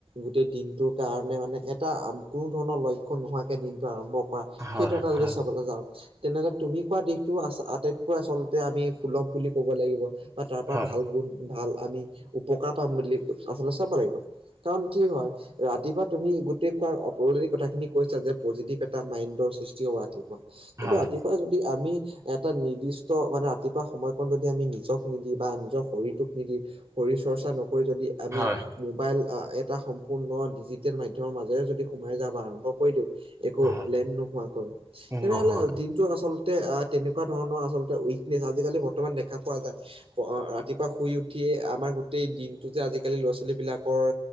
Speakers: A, on the right; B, on the right.
A: গোটেই দিনটোৰ কাৰণে মানে এটা কোনো ধৰণৰ লক্ষ্য নোহোৱাকে, দিনটো আৰম্ভ কৰা
B: হয়
A: সেইটো এটা যদি
B: হয়
A: চাবলৈ যাওঁ, তেনেহলে তুমি কোৱা দিশটো আ- আটাইতকৈ আচলতে আমি সুলভ বুলি ক'ব লাগিব। বা তাৰ পৰা
B: হয়
A: ভাল গুণ, ভাল আমি, উপকাৰ পাম বুলি আচলতে চাব লাগিব। কাৰণ কি হয়, ৰাতিপুৱা তুমি গোটেই কোৱাৰ অলৰেডি কথাখিনি কৈছা যে পজিটিভ এটা মাইণ্ডৰ সৃষ্টি হব ৰাতিপুৱা।
B: হয়
A: কিন্তু ৰাতিপুৱা যদি আমি এটা নিৰ্দিষ্ট মানে ৰাতিপুৱা সময়কণ যদি আমি নিজক নিদি বা নিজৰ শৰীৰটোক নিদি শৰীৰ চৰ্চা নকৰি যদি আমি
B: হয়
A: মোবাইল, এটা সম্পূৰ্ণ ডিজিটেল মাধ্যমৰ মাজেৰে যদি সোমাই যাওঁ বা আৰম্ভ কৰি দিওঁ একো
B: হয়
A: প্লেন নোহোৱাকৈ। তেনেহলে
B: নহয়
A: যে দিন টো আচলতে, আ তেনেকুৱা ধৰণৰ আচলতে উইকনেচ আজিকালি বৰ্তমান দেখা পোৱা যায়। ৰাতিপুৱা শুই উঠিয়ে আমাৰ গোটেই দিনটো যে আজিকালি ল'ৰা ছোৱালী বিলাকৰ